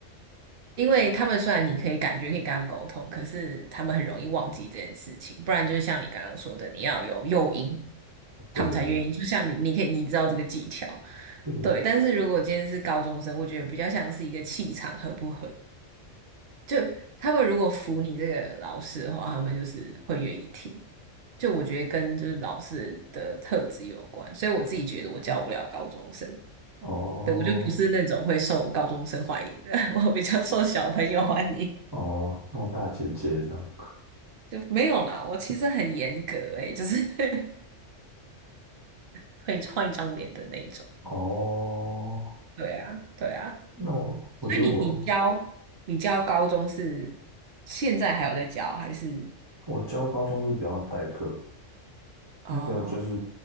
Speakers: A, on the right; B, on the right.
A: 因为他们虽然你可以感觉可以跟他们沟通，可是他们很容易忘记这件事情。不然就是像你刚刚说的，你要有诱因，
B: 对对
A: 他们才愿意。就像你，你可以你知道这个技巧，
B: 对，对
A: 对。但是如果今天是高中生，我觉得比较像是一个气场合不合。就他们如果服你这个老师的话，他们就是会愿意听。就我觉得跟就是老师的特质有关，所以我自己觉得我教不了高中生。
B: 哦
A: 对，我就不是那种会受高中生欢迎的，<laughs> 我比较受小朋友欢迎。
B: 哦，那种大姐姐这样，
A: 就没有啦，我其实很严格诶、就是 <laughs> 会换一张脸的那一种。
B: 哦，
A: 对啊，对啊。
B: 那我我觉得我
A: 所以你你教你教高中是现在还有在教，还是
B: 我教高中是比较代课，
A: 哦？
B: 那个就是